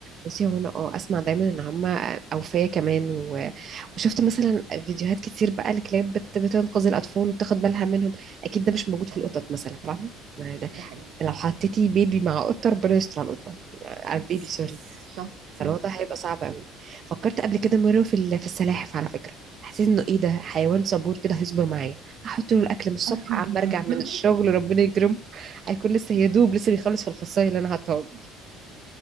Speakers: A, on the right; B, on the right.
A: بصي هو انا اه اسمع دايما ان هما اوفياء كمان و... وشفت مثلا فيديوهات كتير بقى لكلاب بت... بتنقذ الاطفال وبتاخد بالها منهم اكيد ده مش موجود في
B: اه
A: القطط مثلا فاهمه ما ده
B: ده حقيقي
A: لو حطيتي بيبي مع قطه ربنا يستر على القطه يعني على
B: بس
A: البيبي سوري
B: بس صح صح
A: الوضع هيبقى صعب قوي فكرت قبل كده مره في ال... في السلاحف على فكره حسيت انه ايه ده حيوان صبور كده هيصبر معايا هحط له الاكل من الصبح
B: <laughs>
A: عم ارجع من الشغل ربنا يكرمه هيكون لسه يدوب لسه بيخلص في الخصايه اللي انا حاطاها له